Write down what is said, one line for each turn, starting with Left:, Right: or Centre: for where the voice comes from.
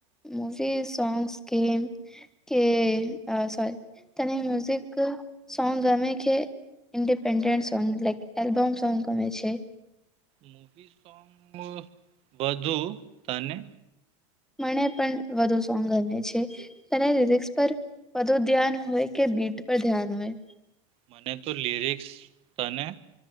Centre: મુવી સોંગસ ગેમ્સ કે અહ સોરી તને મ્યુઝિક સોંગ ગમે કે independent song like album song ગમે છે?
Right: મુવી સોંગ વધું. તને?
Centre: મને પણ વધુ સોંગ ગમે છે. તને લિરિક્સ પર વધુ ધ્યાન હોય, કે બીટ પર ધ્યાન હોય?
Right: મને તો લિરિક્સ. તને?